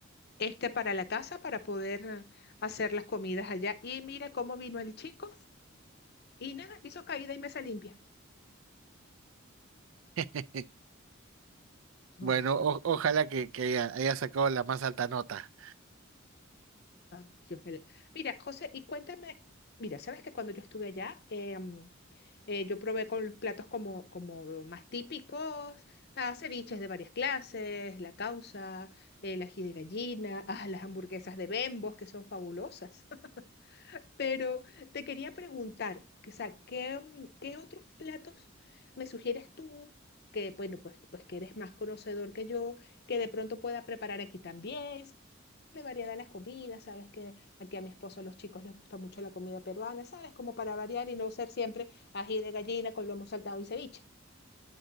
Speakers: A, on the left; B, on the right.
A: este para la casa para poder eh, hacer las comidas allá. Y mira cómo vino el chico y nada, hizo caída y mesa limpia.
B: <laughs> Bueno,
A: Ay, no.
B: o- ojalá que, que haya, haya sacado la más alta nota,
A: Ay, Dios mío. Mira, José, y cuéntame, mira, sabes que cuando yo estuve allá, em, eh, yo probé con platos como, como más típicos, ah, ceviches de varias clases, la causa, el ají de gallina, <laughs> ah, las hamburguesas de Bembos, que son fabulosas. <laughs> Pero te quería preguntar, que, o sea, ¿qué, mm, qué otros platos me sugieres tú? que bueno, pues, pues que eres más conocedor que yo, que de pronto pueda preparar aquí también darle variedad a las comidas, sabes que aquí a mi esposo, a los chicos les gusta mucho la comida peruana, sabes, como para variar y no ser siempre ají de gallina con lomo saltado y ceviche.